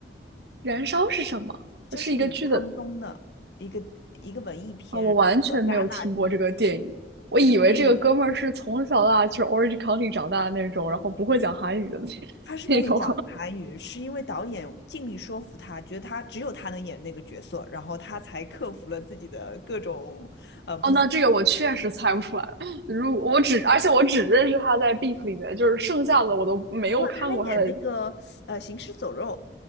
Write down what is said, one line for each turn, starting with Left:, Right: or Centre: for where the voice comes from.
Right: 《燃烧》是什么？
Left: 就是李沧东的一个一个文艺片，
Right: 是一个剧的啊，我完全没有听过这个电影，
Left: 和戛纳金。
Right: 我以为这个哥们儿是从小到大就是
Left: 哦，这个电影
Right: Orange County 长大的那种，然后不会讲韩语的那
Left: 他是不会讲韩语，
Right: <laughs> 那种。
Left: 是因为导演尽力说服他，觉得他只有他能演那个角色，然后他才克服了自己的各种呃不自。
Right: 哦，那这个我确实猜不出来。如我只，而且我只认识他在 Beef 里面，就是剩下的我都没有看过他的。
Left: 哦，他还演那个呃《行尸走肉》。